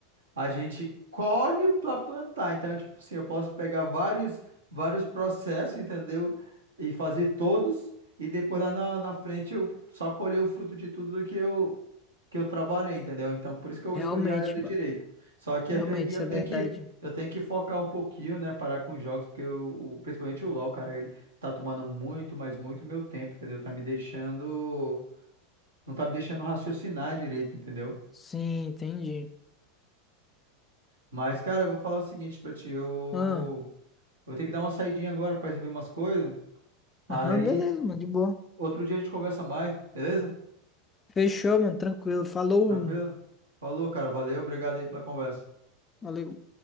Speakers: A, on the right; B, on the left.
A: a gente colhe para plantar. Então, tipo assim, eu posso pegar vários vários processos, entendeu? E fazer todos e depois lá na, na frente eu só colher o fruto de tudo que eu que eu trabalhei, entendeu? Então, por isso que eu
B: Realmente,
A: escolhi a área do direito.
B: mano.
A: Só que
B: Realmente,
A: aí
B: isso
A: eu
B: é
A: tenho
B: verdade.
A: que eu tenho que focar um pouquinho, né, parar com os jogos, porque o, o- principalmente o LoL, cara, ele tá tomando muito, mas muito meu tempo, entendeu? Tá me deixando não tá me deixando raciocinar direito, entendeu?
B: Sim, entendi.
A: Mas, cara, eu vou falar o seguinte pra ti. Eu,
B: Ah,
A: eu vou ter que dar uma saidinha agora pra resolver umas coisas. Aí,
B: aham, beleza, mano, de boa.
A: outro dia a gente conversa mais, beleza?
B: Fechou, mano, tranquilo. Falou.
A: Tranquilo? Falou, cara. Valeu. Obrigado aí pela conversa.
B: Valeu.